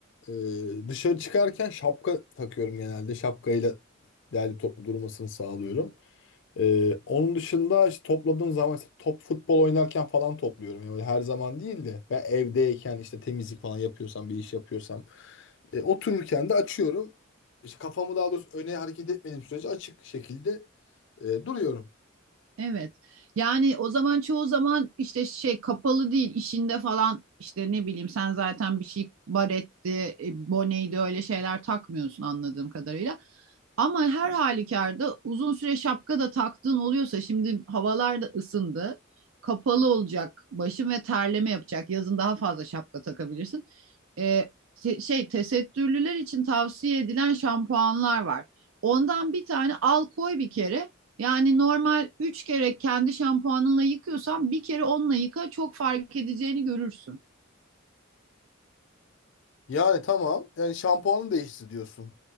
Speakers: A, on the left; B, on the right.
A: E, dışarı çıkarken şapka takıyorum genelde. Şapkayla derli toplu durmasını sağlıyorum. Ee, onun dışında işte topladığım zaman işte top futbol oynarken falan topluyorum. Yani böyle her zaman değil de ve evdeyken işte temizlik falan yapıyorsam bir iş yapıyorsam e, otururken de açıyorum. İşte kafamı daha doğrusu öne hareket etmediğim sürece açık şekilde e, duruyorum.
B: Evet. Yani o zaman çoğu zaman işte şey kapalı değil işinde falan işte ne bileyim sen zaten bir şey baretti, e, boneydi öyle şeyler takmıyorsun anladığım kadarıyla. Ama her halükarda uzun süre şapka da taktığın oluyorsa şimdi havalar da ısındı. Kapalı olacak başın ve terleme yapacak. Yazın daha fazla şapka takabilirsin. E, te- şey tesettürlüler için tavsiye edilen şampuanlar var. Ondan bir tane al koy bir kere. Yani normal 3 kere kendi şampuanınla yıkıyorsan bir kere onunla yıka çok fark edeceğini görürsün.
A: Yani tamam. Yani şampuanı değişti diyorsun.